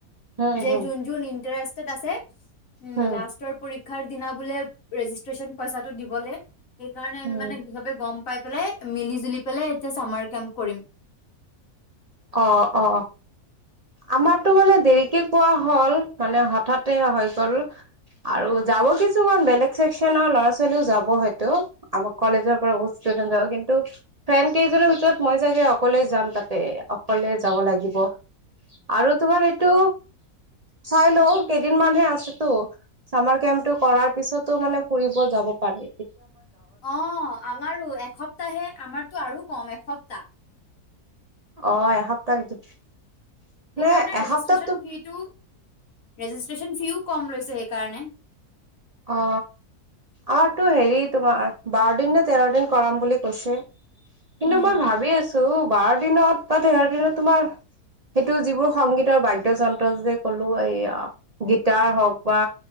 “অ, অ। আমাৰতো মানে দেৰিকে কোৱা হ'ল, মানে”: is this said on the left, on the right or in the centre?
Right